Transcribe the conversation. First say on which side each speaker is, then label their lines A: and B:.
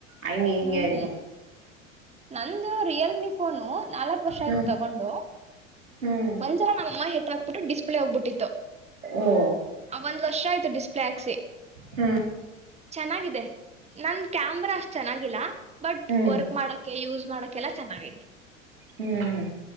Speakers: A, on the right; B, on the right.
A: ಹಂಗೆ ಹಿಂಗೆ
B: ಹ್ಮ್
A: ಅಂತಾರೆ
B: ನಂದು ರಿಯಲ್ <unintelligible> ಫೋನು. ನಾಲಕ್ ವರ್ಷ
A: ಹ್ಞೂ
B: ಆಯ್ತು ತಗೊಂಡು,
A: ಹ್ಞೂ
B: ಒಂದ್ಸಲ ನಮ್ಮಮ್ಮ ಎತ್ ಹಾಕ್ಬಿಟ್ಟು ಡಿಸ್ಪ್ಲೇ ಹೋಗ್ಬಿಟ್ಟಿತ್ತು.
A: ಓ
B: ಒಂದ್ ವರ್ಷ ಆಯ್ತು ಡಿಸ್ಪ್ಲೇ ಹಾಕ್ಸಿ.
A: ಹ್ಞೂ
B: ಚೆನ್ನಾಗಿದೆ ನನ್ ಕ್ಯಾಮ್ರಾ ಅಷ್ಟು ಚೆನ್ನಾಗಿಲ್ಲ ಬಟ್
A: ಹ್ಞೂ
B: ವರ್ಕ್ ಮಾಡಕ್ಕೆೆ ಯೂಸ್ ಮಾಡಕ್ಕೆಲ್ಲ ಚೆನ್ನಾಗೈತಿ
A: ಹ್ಮ್